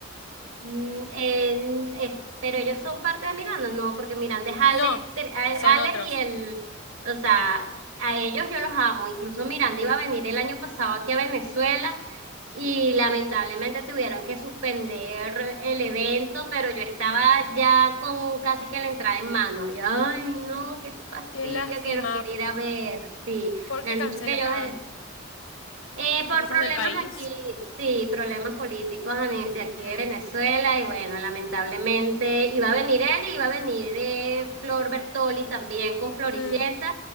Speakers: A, on the right; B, on the left.
A: mm, en- eh, pero ellos son parte de Miranda, no, porque Miranda es Alec,
B: No,
A: Tre- a-
B: son
A: Alec
B: otros.
A: y el, o sea, a ellos yo los amo. Incluso Miranda iba a venir el año pasado aquí a Venezuela y lamentablemente tuvieron que suspender el evento, pero yo estaba ya con casi que la entrada en mano. Yo, ay, no, qué fastidio
B: Qué lástima.
A: que los quería ir a ver. Sí,
B: ¿Por
A: me
B: qué
A: han
B: cancelaron?
A: dicho que ellos eh, Eh,
B: ¿Por
A: por
B: cosas
A: problemas
B: del país?
A: aquí, sí, problemas políticos a ni- de aquí
B: Mm.
A: de Venezuela y bueno, lamentablemente iba a venir él y iba a venir eh, Flor Bertoli también con Floricienta,
B: Mm,